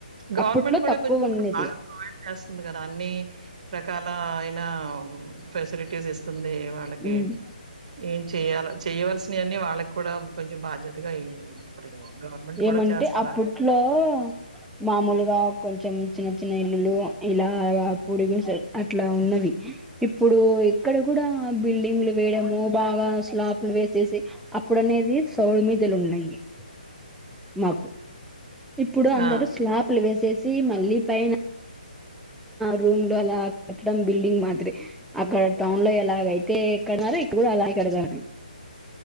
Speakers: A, on the right; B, in the centre.
A: గవర్నమెంట్
B: అప్పట్లో
A: కూడా
B: తక్కువ
A: కొంచెం
B: ఉన్నది
A: ఇ బాగా ప్రొవైడ్ చేస్తుంది కదా అన్ని రకాల న్నా ఫెసిలిటీస్ ఇస్తుంది. వాళ్ళకి
B: ఉమ్,
A: ఏం చెయ్యాలా చెయ్యవలసినవన్నీ వాళ్ళకి కూడా కొంచెం బాధ్యతగా ఇ ఇప్పుడు గవర్నమెంట్
B: ఏమంటే
A: కూడా చేస్తున్నారు.
B: అప్పట్లో మామూలుగా కొంచెం చిన్న చిన్న ఇల్లులు ఇలాగా పొడుగు అట్లా ఉన్నవి. ఇప్పుడు ఇక్కడ కూడా బిల్డింగ్లు వేయడము బాగా స్లాబ్లు వేసేసి అప్పుడు అనేది సౌలు మీదలు ఉన్నయి. <unintelligible> మాకు ఇప్పుడు అందరు
A: ఆ!
B: స్లాప్లు వేసేసి మళ్ళీ పైన రూమ్ లో అలా కట్టడం బిల్డింగ్ మాత్రే అక్కడ టౌన్ లో ఎలాగ అయితే ఎక్కడన్నారో ఇక్కడ కూడా అలాగ కడదామనీ